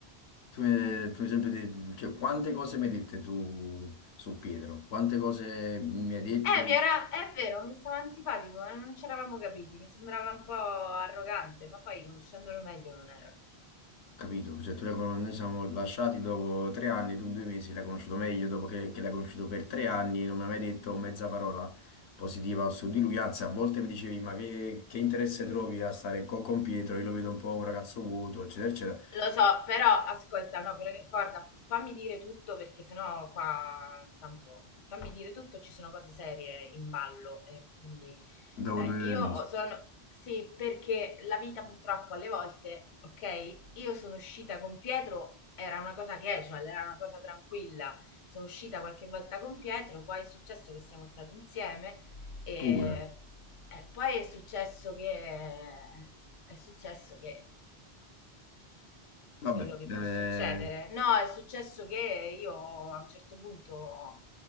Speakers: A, on the left; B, on the left.
A: Tu mi,
B: Eh,
A: tu mi hai sempre detto, cioè, quante cose mi hai dette tu su Pietro? Quante cose mi hai detto?
B: Eh, Eh, mi era, è vero, mi stava antipatico, eh, non ci eravamo capiti, mi sembrava un po' arrogante, ma poi conoscendolo meglio non era così.
A: Capito? Cioè, tu l'hai con- noi siamo lasciati dopo tre anni, tu in due mesi l'hai conosciuto meglio dopo che, che l'hai conosciuto per tre anni e non mi hai mai detto mezza parola positiva su di lui, anzi a volte mi dicevi ma che, che interesse trovi a stare co- con Pietro, io lo vedo un po' un ragazzo vuoto, eccetera, eccetera.
B: Lo so, però ascolta, no, però, guarda, fammi dire tutto perché sennò qua, tanto, fammi dire tutto, ci sono cose serie in ballo e quindi
A: Dopo
B: cioè,
A: due
B: io
A: mesi,
B: ho- sono, sì, perché la vita purtroppo alle volte, ok, io sono uscita con Pietro, era una cosa casual, era una cosa tranquilla, sono uscita qualche volta con Pietro, poi è successo che siamo stati insieme e,
A: pure.
B: e poi è successo che, è successo che
A: Vabbè,
B: quello che può
A: eh,
B: succedere. No, è successo che io a un certo punto,